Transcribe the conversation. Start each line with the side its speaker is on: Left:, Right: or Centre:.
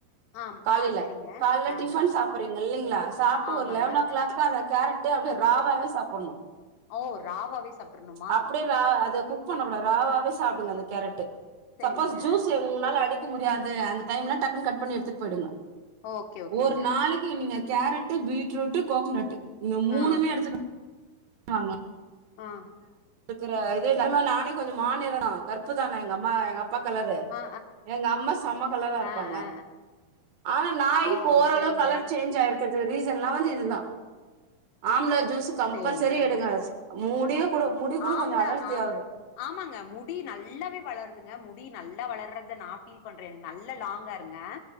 Left: ஆம்
Right: காலைல
Left: ஆ செரிங்க
Right: கால்ல
Left: ஆங்க
Right: டிஃபன் சாப் சாப்றீங்க இல்லயா சாப்ட்டு
Left: ஆமாங்க
Right: ஒரு லெவன் ஓ கிளாக்கு அந்த கேரட்டு அப்டியே ராவாவே சாப்புணு
Left: ஓ ராவாவே சாப்ட்ருனுமா
Right: அப்டியே ரா அத குக் பண்ணக்கூடாது ராவாவே சாப்டுங்க அந்த கேரட்டு
Left: சேரிங்க
Right: சப்போஸ் ஜூஸு ஒங்னால அடிக்க முடியாது அந்த டைம்ல டக்குனு கட் பண்ணி எடுத்திட் பொயி்டுங்க
Left: ஓகே ஓகேங்க
Right: ஒரு நாளைக் நீங்க கேரட்டு பீட்ரூட்டு கோகனட்டு இந்த மூணுமே
Left: ஆ
Right: எடுத்துட் வாங்க
Left: ம்
Right: இருக்கற இதே எம்மா நானே கொஞ்ச மாநிறம் கருப்புதா நா எங்கம்மா எங்க அப் ப்ப கலரு
Left: ஆ ஆ
Right: எங்கம்மா செம்ம கலரா இருப்பாங்க
Left: ஆ ஆ
Right: ஆனா நா
Left: ஆ ஓ
Right: இப்போ ஓரளவ்க்
Left: செரிங்க
Right: கலர் சேஞ்ச் ஆயிருக் க்கிறது ரீசன்லா வந்து இதுதா ஆம்லா ஜூஸ் கம்பல்சரி
Left: சேரி செரிங்க
Right: எடுங்க மூட் கூட முடி கூட
Left: ஆம்லா
Right: கொஞ்ச அடர்த்தியாவ்து
Left: ஆ ஆமாங்க முடி நல்லாவே வளருதுங்க முடி நல்லா வளர்றத நா ஃபீல் பண்றே நல்லா லாங்ஹேருங்க